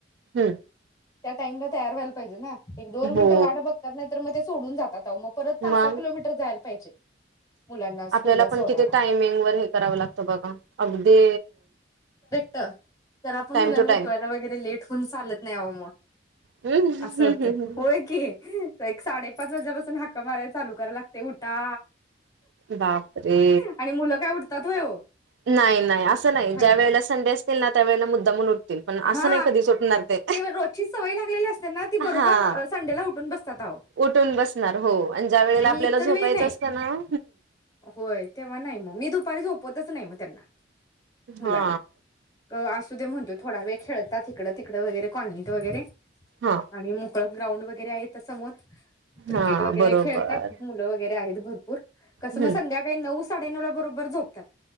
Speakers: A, on the right; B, on the left.
A: हम्म
B: टाइमलात तयार, व्हायला पाहिजे ना! एक दोन मिनिट.
A: हो
B: वाढ बघतात नाहीतर म ते सोडून जातात. परत पाच
A: मग
B: सहा किलोमीटर जायला पाहिजे मुलांना स्कूलला
A: आपल्याला पण,
B: सोडायला
A: किती टायमिंग वर हे करावं लागतं बघा अगदी.
B: ट तर आपण
A: टाइम
B: मुलांना,
A: टू टाइम
B: उठवायला वगैरे लेट खन्स आलेत. नाही आ ओ म
A: हम्म.
B: असं होतय होंय. <inaudible> एक साडेपाच, वाजल्यापासून हाक हाका, मारयला चालू कराय लागते उठा.
A: बापरे
B: आणि मुलं काय उठतात होय ओ
A: नाई, नाई, असं नाई,
B: थंड
A: ज्या वेळेला संडे असतील ना त्यावेळेला मुद्दामून उठ- तील पण
B: हा
A: असं नाही कधीच उठणार ते,
B: रोजची सवय लागलेली असते ना ती बरोबर
A: हां
B: संडेला उठून बसतात अहो
A: उठून बसणार हो आणि ज्या वेळेला
B: आणि
A: आपल्याला
B: इतर
A: झोपायचं
B: वेळी नाही
A: असत नां
B: होय, तेव्हा नाही म मी दुपारी झो- पतच नाही म. त्यांना मुलांना
A: हा
B: क आस. तु दे महणतोय. थोड वेळ खेळतात, हीकड तिकड वगैर कॉलनी- वगैरे
A: हा
B: आणि मोकळ. ग्राउंड, वगैरे आहे इथ समोर. क्रिकेट,
A: हा
B: वगैरे
A: बरोबर
B: खेळतात मुलं वगैरे आहेत. भरपूर कसं
A: हम्म
B: मग संध्याकाळी नऊ साडे नऊला बरोबर झोपतात.